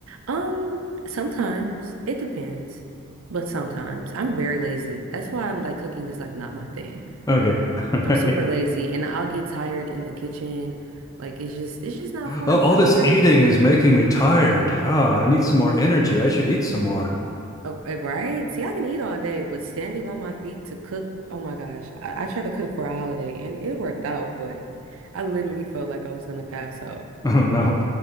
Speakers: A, on the right; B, on the left.
A: Um, sometimes it depends, but sometimes I'm very lazy. That's why I'm like cooking is like not my thing.
B: Okay, <laughs> all
A: I'm
B: right.
A: super lazy
B: <laughs>
A: and I'll get tired in the kitchen. Like it's just, it's just not for
B: Oh, all
A: me. I'm
B: this
A: more
B: eating
A: of an eater.
B: is making me tired. Ah, I need some more energy. I should eat some more. <laughs>
A: Uh, uh, right? See, I can eat all day, but standing on my feet to cook, oh my gosh. I, I tried to cook for a holiday and it worked out, but I literally felt like I was gonna pass out.
B: Oh no.